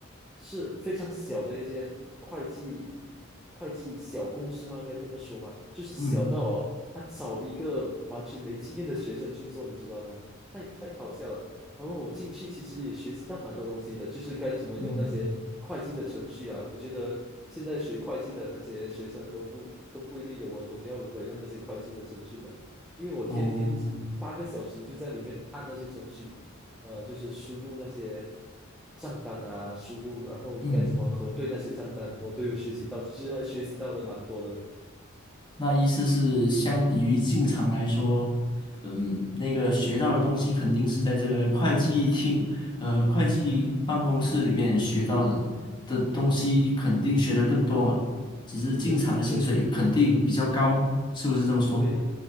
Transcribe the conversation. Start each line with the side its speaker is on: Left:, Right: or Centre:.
Centre: 是非常小的一间会计会计小公司吗？该这么说吗？就是小到哦，
Left: 嗯
Centre: 他找一个完全没经验的学生去做，你知道吗？太太好笑了。然后我进去其实也学习到蛮多东西的，就是该怎么用那些会计的程序啊。
Left: 嗯，
Centre: 我觉得现在学会计的那些学生都不都不一定有我懂要如何用那些会计的程序的，因为我天天八个小时就在里面按那些程序，
Left: 哦，
Centre: 呃，就是输入那些账单啊，输入然后该怎么核对那些账单，
Left: 嗯。
Centre: 我都有学习到，其实还学习到的蛮多的。
Left: 那意思是，相比于进厂来说，嗯，那个学到的东西肯定是在这个会计厅，呃，会计办公室里面学到的的东西，肯定学的更多嘛。只是进厂的薪水肯定比较高，
Centre: 对对对对，
Left: 是不是这么说？
Centre: 对呀，